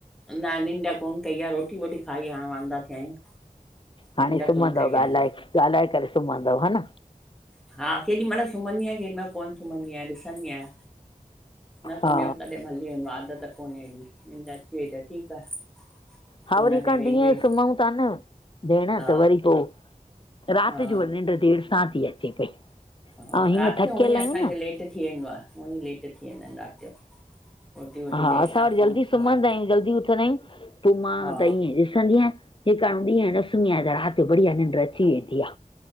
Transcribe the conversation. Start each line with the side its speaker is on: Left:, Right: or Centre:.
Centre: न निंडा कोन कई आहे रोटी वोटी खाई हाणे वांदा थिया आहियूं। निंड
Left: हाणे सुम्हंदव
Centre: कोन कई आहे
Left: ॻाल्हाए
Centre: अञा
Left: ॻाल्हाए करे सुम्हंदव हा न।
Centre: हा केॾीमहिल सुम्हंदी आयां केॾीमहिल कोन सुम्हंदी आहियां ॾिसंदी आहियां। न सुमियमि
Left: हा
Centre: तॾहिं हली वेंदुमि आदत कोन्हे हेएॾी निन्ॾ अची वई त ठीकु आहे।
Left: हा
Centre: फोन
Left: वरी
Centre: ते
Left: क
Centre: वेही
Left: ॾींहं
Centre: वेही
Left: सुम्हूं था न भेण
Centre: हा
Left: त वरी पोइ राति
Centre: हा
Left: जो निन्ॾ देर सा ती अचे पई।
Centre: हा
Left: ऐं हीअं
Centre: राति
Left: थकियल
Centre: जो हूअं ई
Left: आहियूं
Centre: असांखे
Left: न
Centre: लेट थी वेंदो आहे हूअं लेट थी वेंदा आहिनि राति जो। रोटी वोटी
Left: हा
Centre: देरि
Left: असां
Centre: सां
Left: वरि
Centre: खाऊं
Left: जल्दी
Centre: हा
Left: सुम्हंदा आहियूं जल्दी उथंदा आहियूं। पोइ मां
Centre: हा
Left: त ईअं ॾिसंदी आहियां जेकाणे ॾींहं न सुम्ही आहियां त राति बढ़िया निंड अची वेंदी आ।